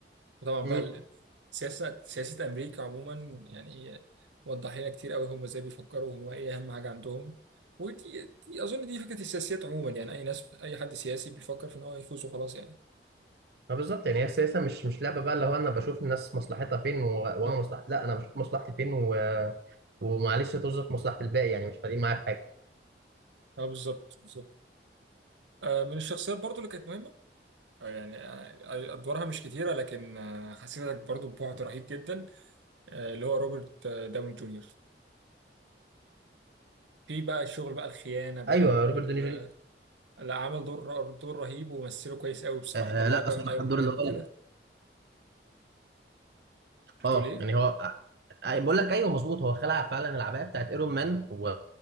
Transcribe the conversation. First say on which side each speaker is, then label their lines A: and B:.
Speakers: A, on the right (about 85°); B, on the right (about 60°).
A: وطبعا
B: امم.
A: بقى ال- سياسه سياسه امريكا عموما يعني وضح لنا كتير قوي هم ازاي بيفكروا وهم ايه اهم حاجه عندهم ودي دي اظن دي فكره السياسيات عموما يعني اي ناس اي حد سياسي بيفكر في ان هو يفوز وخلاص يعني
B: فبالظبط يعني هي السياسه مش مش لعبه بقى اللي هو انا بشوف الناس مصلحتها فين و... وانا مصلحتي لا انا بشوف مصلحتي فين و... ومعلش توظف مصلحه الباقي يعني مش فارقين معايا في حاجه
A: اه بالظبط بالظبط آه، من الشخصيات برضو اللي كانت مهمه آه، يعني آه، ادوارها مش كتيره لكن آه، حسيتك برضو ببعد رهيب جدا آه، اللي هو روبرت آه، داون جونيور في بقى الشغل بقى الخيانه بقى
B: ايوه
A: وال
B: روبرت دوني جونيور
A: لا عامل دور دور رهيب ومثله كويس قوي بصراحه
B: آه
A: طلعك
B: لا
A: بقى
B: صراحه
A: من ايرون
B: الدور
A: مان
B: اللي هو
A: وكده بتقول
B: اه
A: ايه
B: يعني هو آه، آه، بقول لك ايوه مظبوط هو خلع فعلا العبايه بتاعت ايرون مان و...